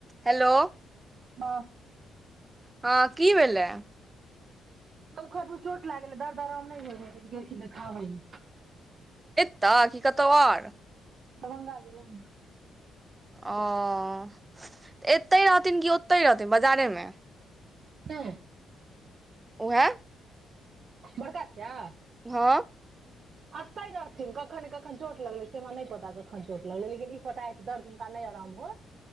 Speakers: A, on the right; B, on the right.
A: Hello
B: हँ
A: हँ की भेलै
B: उख चोट लाग गेलै दर्द आराम नहि हो रह गेलखिनाबै ल
A: ए तऽ की कतौ आर
B: दभङंगा गेल ह
A: ओऽ एत्तहि रहथिन कि ओतहि रहथिन बाजारेमे
B: हँ
A: हँ
B: प्र जा
A: हँ
B: अते रहथिन कखन कखन चोट लगले छै हमरा पता चोट लगल लेकिन ई पता दर दिन काल नहि आराम हो